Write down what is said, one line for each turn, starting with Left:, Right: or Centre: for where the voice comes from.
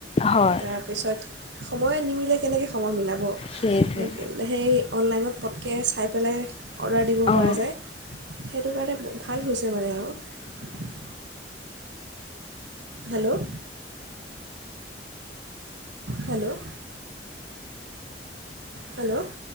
Left: হয়
Right: তাৰপিছত সময় নিমিলে কেনেকৈ সময় মিলাব।
Left: সেইটোৱে
Right: সেই অনলাইনত পটকৈ চাই পেলাই অৰ্ডাৰ দিব
Left: অঁ
Right: পৰা যায়। সেইটো কাৰণে ভাল হৈছে মানে আৰু। হেল্ল', হেল্ল', হেল্ল',